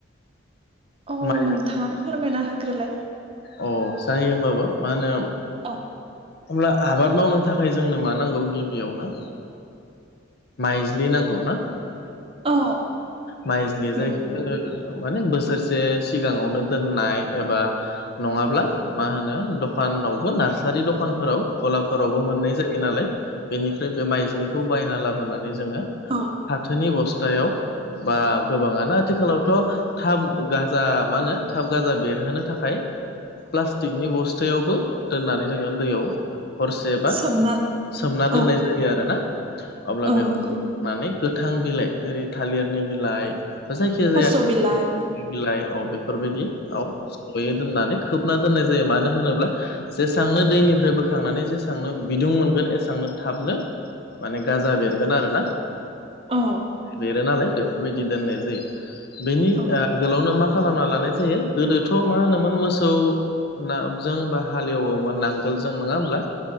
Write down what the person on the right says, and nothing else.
औ
नोंथाङानो फोरमायना होग्रोलाय
औ
औ
नंगौ
औ
सोमना
औ
औ
नंगौ
थास'
बिलाइ
औ
औ